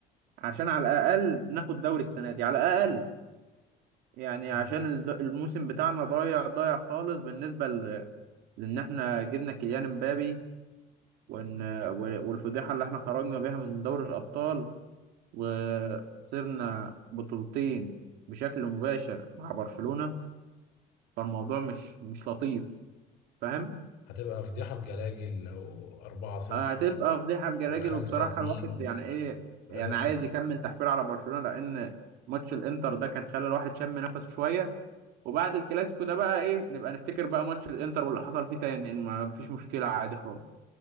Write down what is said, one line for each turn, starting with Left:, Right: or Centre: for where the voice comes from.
Right: عشان على الاقل ناخد دوري السنه دي على الاقل يعني
Left: مم.
Right: عشان الد- الموسم بتاعنا ضايع ضايع خالص بالنسبه ل... لان احنا جبنا كيليان امبابي وان و- والفضيحه اللي احنا خرجنا بيها من دوري الابطال وخسرنا
Left: مم.
Right: بطولتين بشكل مباشر مع برشلونه فالموضوع مش مش لطيف فاهم
Left: هتبقى فضيحه بجلاجل لو 4-0
Right: هتبقى فضيحه بجراجل
Left: و5-2
Right: وبصراحه الواحد يعني ايه يعني
Left: و3-2
Right: عايز يكمل تحفيل على برشلونه لان ماتش الانتر ده كان خلى الواحد شم نفسه شويه وبعد الكلاسيكو ده بقى ايه نبقى نفتكر بقى ماتش الانتر واللي حصل فيه تاني إن ما فيش مشكله عادي خالص